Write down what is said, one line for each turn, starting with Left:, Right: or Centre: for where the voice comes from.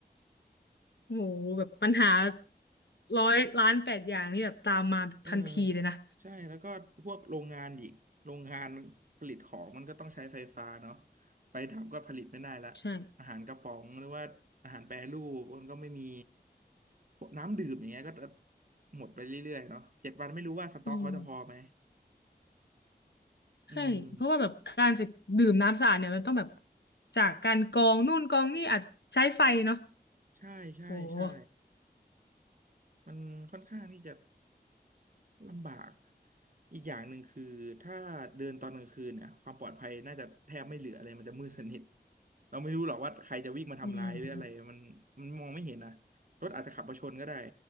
Left: โหแบบปัญหาร้อยล้านแปดอย่างนี่แบบตามมาทันทีเลยนะ
Right: เออใช่แล้วก็พวกโรงงานอีกโรงงานผลิตของมันก็ต้องใช้ไฟฟ้าเนาะไฟดับก็ผลิตไม่ได้ละอาหารกระป๋องหรือว่าอาหารแปรรูปมันก็ไม่มี
Left: ใช่
Right: พวกน้ำดื่มอย่างเงี้ยก็จะหมดไปเรื่อยๆเนาะเจ็ดวันไม่รู้ว่าสต็อกเขาจะพอไหม
Left: อืม
Right: อืม
Left: ใช่เพราะว่าแบบการจะดื่มน้ำสะอาดเนี่ยมันต้องแบบจากการกรองนู่นกรองนี่อาจใช้ไฟเนาะ
Right: ใช่ใช่ใช่
Left: โอ้
Right: มันค่อนข้างที่จะลำบาก อีกอย่างหนึ่งคือถ้าเดินตอนกลางคืนเนี่ยความปลอดภัยน่าจะแทบไม่เหลือเลยมันจะมืดสนิท <laughs> เราไม่รู้หรอกว่าใครจะวิ่งมาทำร้ายหรืออะไรมันมันมองไม่เห็นนะ
Left: อืม
Right: รถอาจจะขับมาชนก็ได้